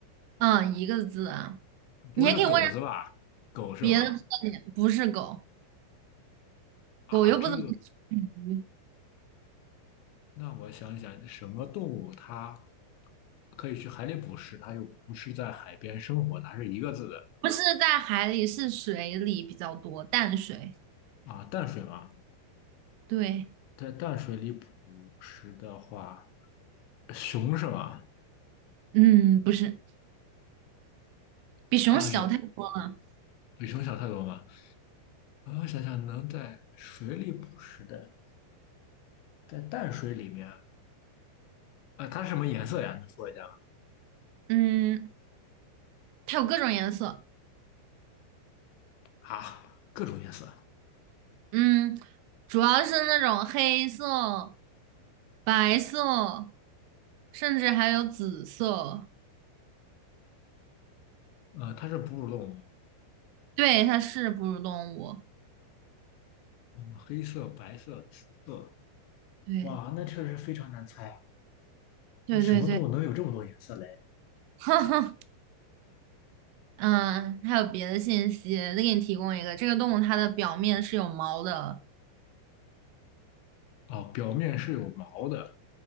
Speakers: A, on the right; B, on the left.
A: 嗯，一个字啊。
B: 不会是狗子吧？
A: 你还可以问一下
B: 狗是吗？
A: 别的特点，不是狗，
B: 啊，
A: 狗又不怎么吃鱼，
B: 这。那我想想，什么动物它可以去海里捕食，它又不是在海边生活的，还是一个字的
A: 不是在海里，是水里比较多，淡水。
B: 啊？淡水吗？
A: 对。
B: 在淡水里捕食的话，熊是吗？
A: 嗯，不是，比熊小太多了。
B: 啊呀，比熊小太多了。啊，我想想，能在水里捕食的，在淡水里面，呃，它是什么颜色呀？你说一下
A: 嗯，它有各种颜色。
B: 啊，各种颜色。
A: 嗯，主要是那种黑色、白色，甚至还有紫色。
B: 呃，它是哺乳动物，
A: 对，它是哺乳动物。
B: 嗯，黑色、白色、紫色。
A: 对，
B: 哇，那确实非常难猜。啊。
A: 对对对。
B: 那什么动物能有这么多颜色嘞？
A: <laughs> 嗯，还有别的信息，再给你提供一个，这个动物它的表面是有毛的。
B: 啊哦，表面是有毛的，